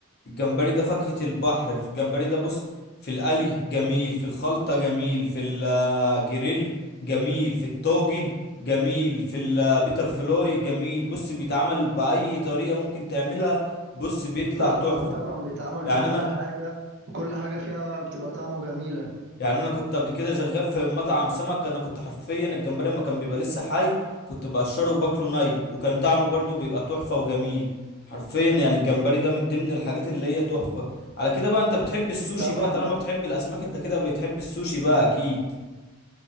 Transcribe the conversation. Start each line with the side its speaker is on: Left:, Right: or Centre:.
Left: الجمبري ده فاكهة البحر الجمبري ده بص في القلي جميل في الخلطة جميل في الجريل جميل في الطاجن جميل في البيتر فلوي جميل بص بيتعمل بأي طريقة ممكن تعملها بص بيطلع
Right: طبعا
Left: تحفة
Right: طبعا بيتعمل
Left: يعني
Right: بكل
Left: انا
Right: حاجه كل حاجه فيها بتبقى طعمه جميله
Left: يعني انا كنت قبل كده شغال في مطعم سمك انا كنت حرفيا الجمبري لما كان بيبقى لسه حي كنت بقشره وباكله ني وكان طعمه برضو بيبقى تحفة وجميل حرفيا يعني الجمبري ده من ضمن الحاجات اللي هي تحفة على كده بقى انت بتحب السوشي
Right: طبعا
Left: بقى طالما بتحب الاسماك انت كده بتحب السوشي بقى اكيد